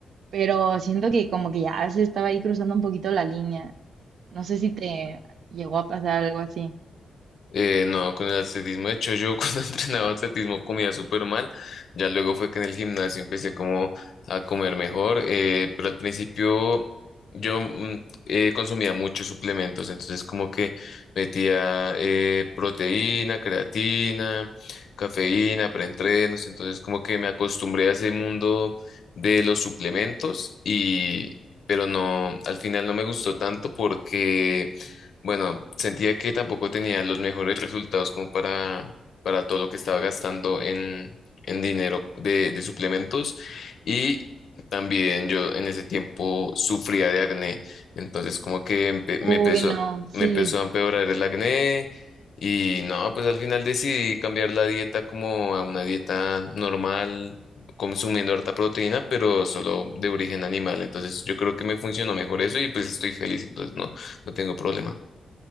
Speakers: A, on the right (about 70°); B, on the left (about 60°).
A: pero siento que como que ya se estaba ahí cruzando un poquito la línea. No sé si te llegó a pasar algo así.
B: Eh, no, con el atletismo, de hecho yo <laughs> cuando entrenaba atletismo comía súper mal, ya luego fue que en el gimnasio empecé como a comer mejor, eh, pero al principio yo mm, eh, consumía muchos suplementos, entonces como que metía eh, proteína, creatina, cafeína, preentrenos, entonces como que me acostumbré a ese mundo de los suplementos y... Pero no, al final no me gustó tanto porque bueno, sentía que tampoco tenía los mejores resultados como para, para todo lo que estaba gastando en, en dinero de, de suplementos y también yo en ese tiempo sufría de acné, entonces como que empe- me
A: Uy,
B: empezó,
A: no, sí.
B: me empezó a empeorar el acné y no, pues al final decidí cambiar la dieta como a una dieta normal, consumiendo harta proteína, pero solo de origen animal, entonces yo creo que me funcionó mejor eso y pues estoy feliz, entonces no, no tengo problema.